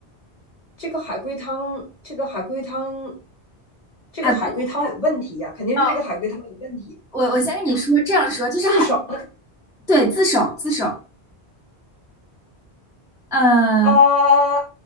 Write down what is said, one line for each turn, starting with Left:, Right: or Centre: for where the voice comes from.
Left: 这个海龟汤，这个海龟汤，这个海龟汤有问题呀，
Centre: 海龟
Left: 肯定是这个海龟汤有问题
Centre: 汤哦，我我先跟你说，
Left: 呀，
Centre: 这样说就是海，
Left: 自首
Centre: 对，自首自首。呃，
Left: 啊